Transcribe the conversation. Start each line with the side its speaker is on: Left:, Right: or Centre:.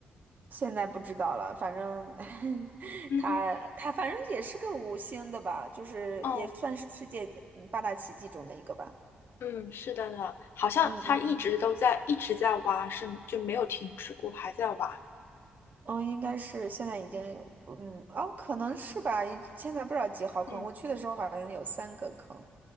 Right: 现在不知道了，反正 <laughs>
Left: 嗯哼，
Right: 它它反正也是个五星的吧，就是也算是世界嗯八大奇迹中的一个吧。
Left: 哦，嗯，是的呢，好像他一直都在一直在挖，
Right: 嗯嗯嗯
Left: 是吗？就没有停止过，还在挖。
Right: 嗯，应该是现在已经有，嗯，哦，可能是吧，现在不知道几号坑，
Left: 嗯
Right: 我去的时候好像有三个坑，